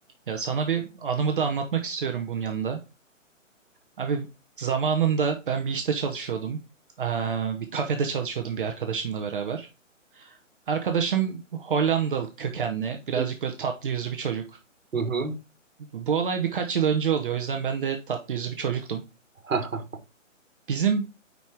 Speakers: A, on the right; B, on the right.
A: Ya sana bir anımı da anlatmak istiyorum bunun yanında. Abi zamanında ben bir işte çalışıyordum. Ee, bir kafede çalışıyordum bir arkadaşımla beraber. Arkadaşım Hollandalı kökenli, birazcık
B: Hı
A: böyle tatlı yüzlü bir çocuk.
B: hı.
A: Bu olay birkaç yıl önce oluyor. O yüzden ben de tatlı yüzlü bir çocuktum.
B: <laughs>
A: Bizim